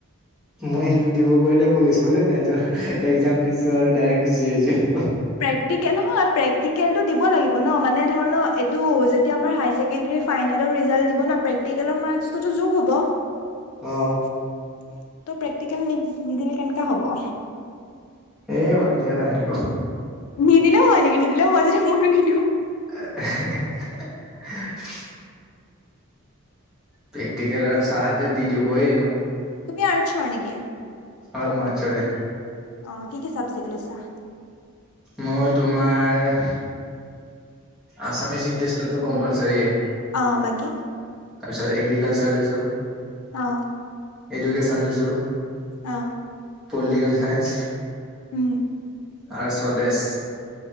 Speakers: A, in the centre; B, on the left (about 80°).
A: মই সেইটো দিবৰ ভয়তে মোক স্কুলে নাই যোৱা, একজাম দিছো আৰু ডাইৰেক্ট গুচি আহিছো।
B: প্ৰেক্টিকে নহয় প্ৰেক্টিকেলটো দিব লাগিব ন মানে ধৰ এইটো যেতিয়া আমাৰ হাইছেকেণ্ডাৰী ফাইনেলৰ ৰিজাল্ট দিব ন, প্ৰেক্টিকেলৰ মাৰ্ক্সটোতো যুগ হব
A: অ
B: ত প্ৰেক্টিকেল নি নিদিলে কেনেকা হ'ব
A: এই বাদ দিয়া না সেইটো
B: নিদিলেও হয় নেকি, নিদিলেও হয় যদি ময়ো নিদিও
A: আহ এহে এহে হা হা প্ৰেক্টিকেল আৰু চাৰহতে দি দিবই এনো
B: তুমি আৰ্টছৰ নেকি?
A: হয়
B: অ,
A: মাৰ্চৰে
B: কি কি চাবজেক্ট লৈছা?
A: মই তোমাৰ আছামিছ, ইংলেছটোতো কম্পালছৰিয়ে
B: অ বাকী
A: তা পিছত এগ্ৰিকালচাৰ লৈছো
B: অ
A: এডুকেশ্যন লৈছো
B: অ
A: পলিটিকেল চাইন্স
B: উম
A: আৰু স্বদেশ